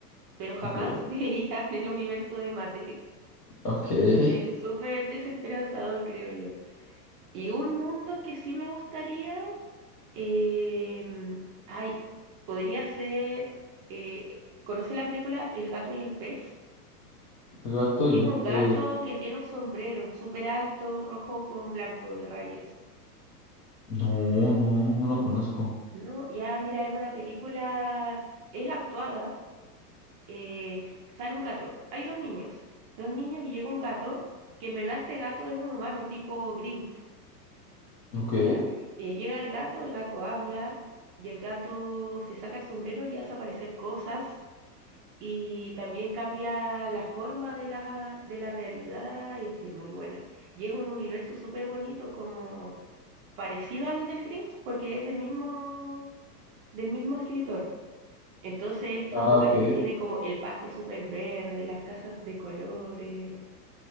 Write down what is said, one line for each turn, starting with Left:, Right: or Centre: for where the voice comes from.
Right: pero jamás
Left: Ok,
Right: <laughs> viviría en el universo de Matrix.
Left: ok, el
Right: Es súper desesperanzador, creo yo. Y un mundo que sí me gustaría Em, ay, podría ser. eh, ¿conoce la película El gato y el pez?
Left: gato
Right: Que
Left: y
Right: es
Left: el
Right: un
Left: pez.
Right: gato que Mm, tiene un sombrero súper alto, rojo con blanco de rayas.
Left: No, no, no lo conozco.
Right: No, ya mira, es una película. Es actuada. eh, sale un gato. Hay dos niños. Dos niños y llega un gato. Que en verdad este gato es un humano tipo Grinch.
Left: Ok.
Right: ¿Ya? Y llega el gato, el gato habla. Y el gato se saca el sombrero y hace aparecer cosas y también cambia la forma de la, de la realidad, y es, es muy buena. Y es un universo súper bonito, como parecido al del Grinch, porque es del mismo, del mismo escritor. Entonces, estos
Left: Ah,
Right: lugares
Left: ok.
Right: que tiene como el pasto súper verde, las casas de colores,